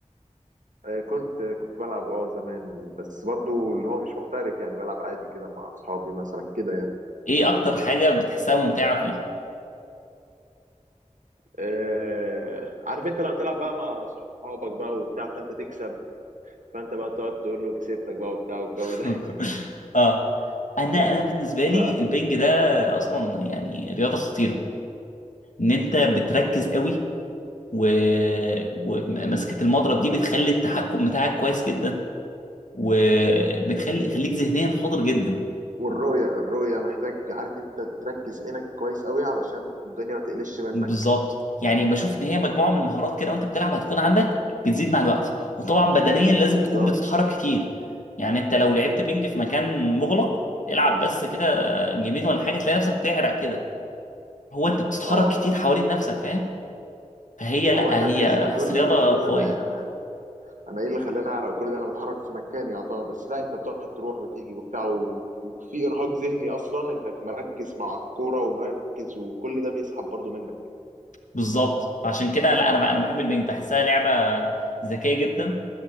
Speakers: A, on the right; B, on the left.
A: آه، كنت كنت بلعب اه زمان بس برضو اللي هو مش محترف يعني بلعب عادي كده مع اصحابي مثلا كده يعني
B: ايه اكتر حاجة بتحسها ممتعة فيه
A: آه، عارف انت لما تلعب بقى مع اصحابك بقى وبتاع فانت تكسب فانت بقى تقعد تقول له كسبتك بقى وبتاع والجو
B: <laughs>
A: ده
B: اه انا
A: <laughs>
B: انا بالنسبة لي
A: ف
B: البنج ده اصلا يعني رياضة خطيرة ان انت بتركز قوي و... ومسكة المضرب دي بتخلي التحكم بتاعك كويس جدا وبتخلي خليك ذهنيا حاضر جدا
A: والرؤية الرؤية محتاج عارف انت تركز عينك كويس قوي علشان الدنيا ما تقلش منك
B: بالظبط يعني بشوف ان هي مجموعه من المهارات كده وانت بتلعب هتكون عندك بتزيد مع الوقت وطبعا بدنيا لازم
A: بالظبط
B: تكون بتتحرك كتير يعني انت لو لعبت بينج في مكان مغلق العب بس كده جيمين ولا حاجه تلاقي نفسك بتعرق كده هو انت بتتحرك
A: اه
B: كتير حوالين نفسك فاهم فهي
A: هو
B: لا
A: انت هتحس
B: هي
A: هتقول
B: بحس رياضه
A: هتقول
B: قويه
A: انا انا ايه اللي خلاني اعرق كل ده انا بتحرك في مكاني يعتبر بس لا انت بتقعد تروح وتيجي وبتاع و... وفي ارهاق ذهني اصلا انك مركز مع الكوره ومركز وكل ده بيسحب برضو منك
B: بالظبط فعشان كده لا انا انا بحب البينج بحسها لعبه ذكيه جدا